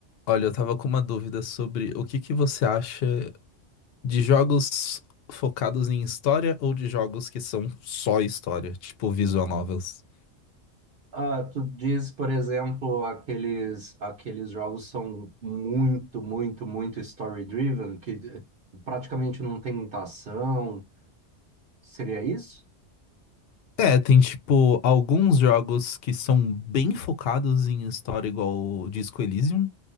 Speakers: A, on the left; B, on the right.
A: Olha, eu tava com uma dúvida sobre o que que você acha de jogos focados em história ou de jogos que são só história, tipo visual novels.
B: Ah, tu diz, por exemplo, aqueles, aqueles jogos são muito, muito, muito story-driven, que eh, praticamente não tem muita ação. Seria isso?
A: É, tem tipo alguns jogos que são bem focados em história, igual o Disco Elysium,